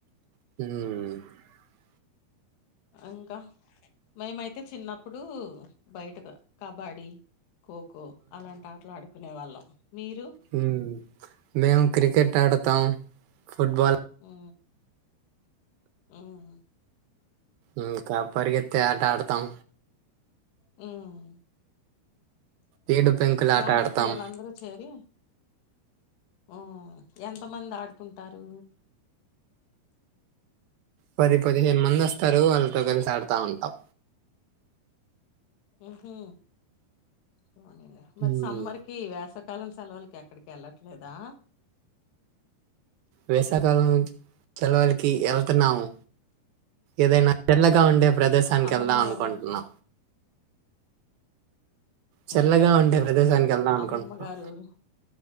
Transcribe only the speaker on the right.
హుమ్
హుమ్ మేం క్రికెట్ ఆడతాం ఫుట్బాల్
ఇంకా పరిగెత్తే ఆట ఆడతాం
ఏడు పెంకులాట
ఆడతాం
పది పదిహేను మంది వస్తారు వాళ్ళతో కలిసి ఆడతా ఉంటాం.
ఉమ్.
వేసాకాలం సెలవులకి వెళ్తన్నాము. ఏదైనా తెల్లగా ఉండే ప్రదేశానికి
వెళ్దా అనుకుంటున్నా.
చల్లగా
ఉండే ప్రదేశానికి వెళ్దా అనుకుంటున్నాం